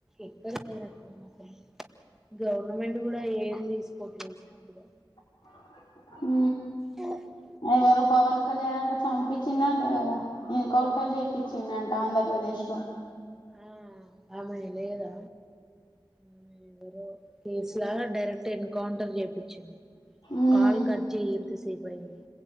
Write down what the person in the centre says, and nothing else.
ఎక్కడ <unintelligible> గవర్నమెంట్ కూడా ఏది తీసుకోట్లే స్ట్రిక్ట్ గా
ఆ <unintelligible>
ఆ అమ్మాయి లేదా ఆమె ఎవరో కేసులా డైరెక్ట్ ఎన్కౌంటర్ చేపిచ్చి
కాల్ కట్ జెయి ఏంత సేపు అయింది